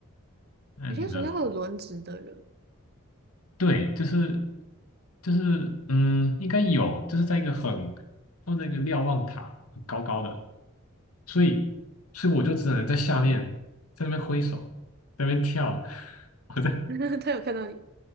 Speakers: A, on the left; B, on the right.
A: 嗯，
B: 有些暑假会有轮值的人，
A: 你知道。对，就是就是嗯，应该有，就是在一个很放在一个瞭望塔很高高的，所以所以我就只能在下面在那边挥手，在那边跳，<laughs> 我在
B: <laughs> 他有看到你吗？